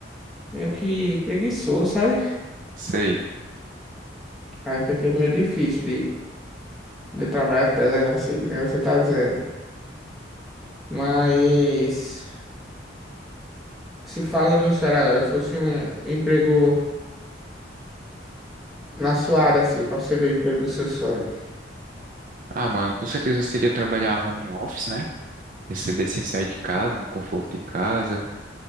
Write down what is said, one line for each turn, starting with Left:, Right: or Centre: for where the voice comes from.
Centre: meio que preguiçoso, sabe?
Right: Sei.
Centre: Aí fica meio difícil de, de eu trabalhar tanto, assim, que nem você tá dizendo. Mas, se fala no sério agora, se fosse um emprego. Na sua área, assim, qual seria o emprego do seu sonho?
Right: Ah, mano, com certeza seria trabalhar home office, né? Receber sem sair de casa, no conforto de casa,